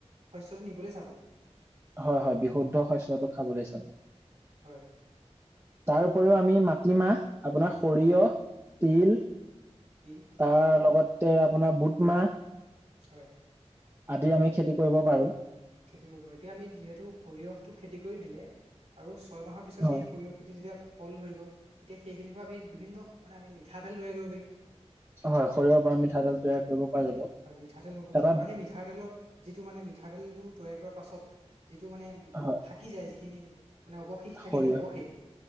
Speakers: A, on the right (about 80°); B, on the right (about 20°).
A: শস্যটো নিবলৈ চাব।
B: হয়, হয়, বিশুদ্ধ শস্যটো খাবলৈ চাব।
A: হয়।
B: তাৰ উপৰিও আমি মাটিমাহ, আপোনাৰ সৰিয়হ,
A: হয়
B: তিল
A: তিল।
B: তাৰ লগতে, আপোনাৰ, বুট মাহ।
A: হয়।
B: আদি আমি, খেতি কৰিব পাৰো।
A: খেতি কৰিব পাৰো, এতিয়া আমি যিহেতু, সৰিয়হটো খেতি কৰি দিলে আৰু ছয় মাহৰ পিছত,
B: হয়
A: সেই সৰিয়হ খেতি যেতিয়া ফুল ধৰিব, তেতিয়া সেইখিনিৰ পৰা, আমি বিভিন্ন, মানে আমি মিঠাতেল তৈয়াৰ কৰিব পাৰিম।
B: হয়, সৰিহৰ পৰা মিঠাতেল তৈয়াৰ কৰিব পৰা যাব,
A: হয় মিঠাতেল হ'ব
B: এটা
A: আৰু সেই মিঠাতেলৰ, যিটো মানে মিঠাতেলটো তৈয়াৰ কৰা পাছত, যিটো মানে
B: হয়
A: থাক কি যায়, যিখিনি মানে অৱশেষ থাকি
B: সৰিয়হ
A: যায়, অৱশেষ।